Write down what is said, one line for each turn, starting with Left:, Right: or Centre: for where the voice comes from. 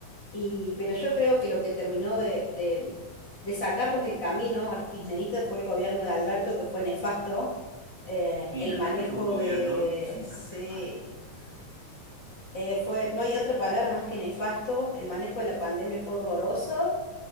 Left: Y, pero yo creo que lo que terminó de, de- de sacarlos del camino a los kirchneristas fue el gobierno de Alberto, que fue nefasto. Eh,
Right: Sí,
Left: el
Right: la
Left: manejo
Right: verdad que fue un gobierno
Left: de...
Right: súper
Left: Sí,
Right: nefasto, la verdad que sí.
Left: eh, fue, no hay otra palabra más que nefasto. El manejo de la pandemia fue horroroso.